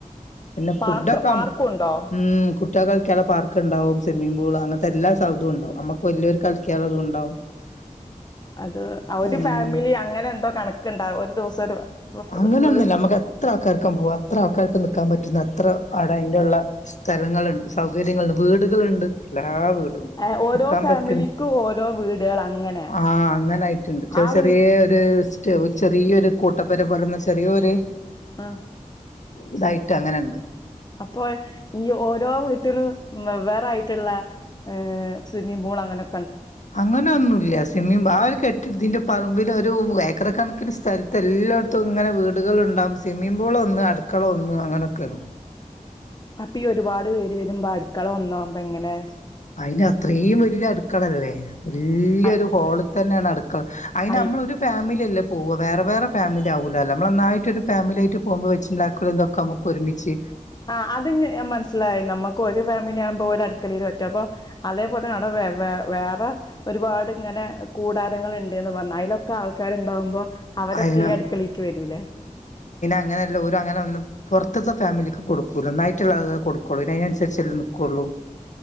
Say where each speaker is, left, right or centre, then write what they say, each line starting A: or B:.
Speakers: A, on the left (about 65°); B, on the left (about 30°).
A: പിന്നെ ഫുഡൊക്ക
B: പാർക്ക് പാർക്കുണ്ടോ
A: ഉ കുറ്റ കളിക്കുള്ള പാർക്ക് ഉണ്ടാവും സ്വിമ്മി പൂൾ അങ്ങനത്തെ എല്ലാ സൗധുംവും ഉണ്ടാവും നമക്ക് വലിയരു കളിക്കാല അും ഉണ്ടാവും <unintelligible>
B: അത് ഒരു
A: ഉം
B: ഫാമിലി അങ്ങനെ എന്തോ കണക്കണ്ടാ ഒരു ദിവസം ഒരു
A: അങ്ങനെയൊന്നുമല്ല
B: റിസ്
A: നമ്മുക്ക് എത്ര ആൾക്കാർക്കും പോകും അത്ര ആൾക്കാർക്ക് നൽക്കാൻ പറ്റുന്ന എത്ര അവിടെ അതിന്റെള്ള സ്ഥലങ്ങളുണ്ട് സൗകര്യങ്ങളുണ്ട് വീടുകളുണ്ട് അല്ലെ വീട
B: ഏഹ് ഓരോ
A: നിക്കാൻ
B: ഫാമിലിക്കും
A: പറ്റുന്നു
B: ഓരോ വീടുകൾ അങ്ങനെ
A: ആ അങ്ങനൊയിട്ടുണ്ട് ചെറിയ
B: ആ
A: ചെറ
B: വീ
A: ചെറിയ ഒരു ഒരു ചെറിയൊരു കൂട്ടപ്പേരെ പോലുന്ന ചെറിയൊരു
B: ആഹ്
A: ഇതായിട്ട് അങ്ങനെണ്ട്
B: അപ്പൊ ഈ ഓരോ വീട്ടിലും വ് വേറായിട്ടുള്ള ഹ് സ്വിമ്മിംഗ് പൂൾ അങ്ങനെ
A: അങ്ങനെ ഒന്നുംല്ല സ്വിമ്മിംഗ ആ ഒരു കെട്ടിടതിൻ്റെ പറമ്പിൽ ഒരു ഏക്കരക്കണക്കിന് സ്ഥലത്ത് എല്ലായിടത്തും ഇങ്ങനെ വീടുകള ണ്ട സ്വിമ്മിംഗ പൂൾ ഒന്ന് അടുക്കള ഒന്ന് അങ്ങനെയൊക്കെ
B: അപ്പൊ ഒരുപാട് പേര് വരുമ്പോൊ അടുക്കള ഒന്നോുമ്പ ഇങ്ങനെ
A: അയിന് അത്രയും വലിയ അടുക്കളല്ലേ വല്യൊ
B: അ
A: ഒരു ഹോളിൽ തന്നെയാണ് അടുക്കള അയിന്
B: അയ്
A: നമ്മ ഒരു ഫമിലി അല്ല പോവുക വേറെ വേറെ ഫാമിലി ആകല്ലോ നമ്മള നന്നായിട്ടൊ ഒരു ഫാമിലി ആട്ട് പോകുമ്പോ വച്ചിണ്ടാക്കള എന്തൊക്കെ നമുക്ക് ഒരുമിച്ച്
B: ആ് അത്ഞാ മനസിലായി നമുക്ക് ഒരു ഫാമിലി ആകുമ്പോ ഒരു അടുക്കളയിൽ പറ്റും അപ്പോഅതേപോലെന്നെ അവിടെ വ വേറെ ഒരുപാട് ഇങ്ങനെ കൂടാരങ്ങൾ ഉണ്ട് എന്ന് പറഞ്ഞാൽ അതിലൊക്കെ ആൾക്കാരുണ്ടാകുമ്പോൾ അവരൊക്കെ
A: അയ
B: ഈ അടുക്കളേക്ക് വരൂല്ലേ
A: അങ്ങനെല്ല ഒരു അങ്ങനെ ഒന്നന്ന് പുറത്തത്തെ ഫാമിലിക്ക് കൊടുൂല്ലോ നായിട്ടുള്ളളെ കൊടുക്കുള്ളൂ ഇതിനനുസരിച്ചല്ല നൽക്കുകയുള്ളൂ